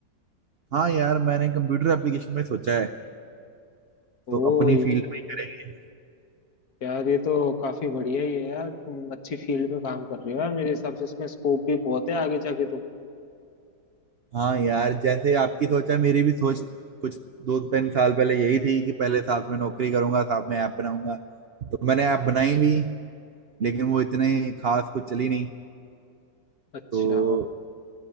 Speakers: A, on the right (about 70°); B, on the left (about 60°).
A: हाँ यार मैंने कंप्यूटर एप्लीकेशन में सोचा है तो
B: ओ
A: अपनी
B: ये-
A: फील्ड में करेंगे
B: यार ये तो काफी बढ़िया ही है यार तुम अच्छी फील्ड में काम कर रहे हो यार मेरे हिसाब से इसमें स्कोप भी बहुत है आगे जाके तो
A: हाँ यार जैसे आपकी सोचा मेरी भी सोच कुछ दो तीन साल पहले यही थी कि पहले साथ में नौकरी करूंगा साथ में ऐप बनाऊंगा तो मैंने ऐप बनाई भी लेकिन वो इतने खास कुछ चली नहीं
B: अच्छा
A: तो